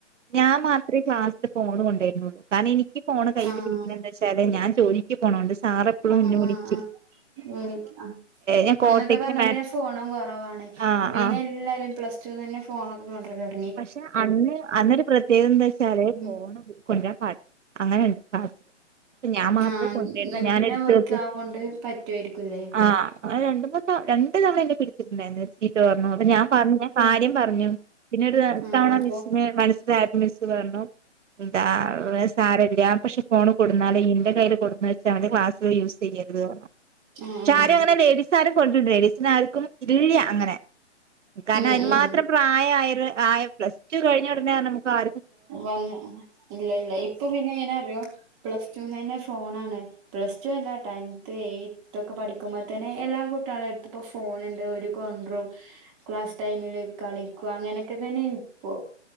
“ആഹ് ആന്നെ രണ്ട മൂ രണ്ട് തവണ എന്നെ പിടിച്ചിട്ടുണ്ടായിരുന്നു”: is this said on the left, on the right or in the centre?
Right